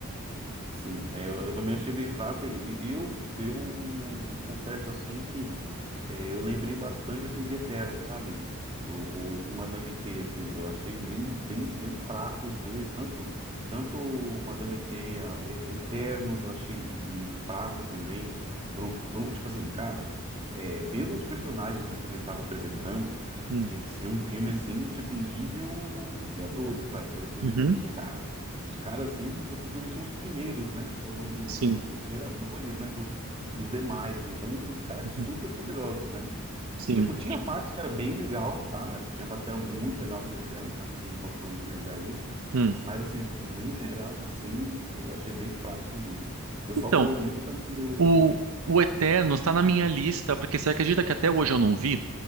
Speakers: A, on the right; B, on the right.
A: Sim, é, eu, eu também achei bem fraco e, e eu, eu confesso assim que é, eu lembrei bastante assim de Eterno, sabe? O, o esse Madame T, assim, eu achei bem, bem, bem fraco os dois, tanto tanto Madame T, a E- Eternos, eu achei muito fraco também. Pro- pro- tipo assim, cara, é, pelos personagens que o filme estava apresentando,
B: Hum.
A: tinha que ser um filme assim, tipo nível Vingadores, vai, por assim
B: Uhum.
A: dizer. Que cara os caras, assim, principalmente são os primeiros, né? Foram Os,
B: Sim.
A: os- os geradores, né? Dos, dos demais. Então, os caras
B: Uhum.
A: super poderosos, né?
B: Sim.
A: Tipo, tinha partes que era bem legal, tá? Tinha partes que era muito legal nos Eternos, tá? Não posso negar isso.
B: Hum.
A: Mas, assim, no geral, assim, eu achei bem fraco também. O pessoal
B: Então,
A: falou muito também do...
B: O, o eterno está na minha lista, porque você acredita que até hoje eu não vi?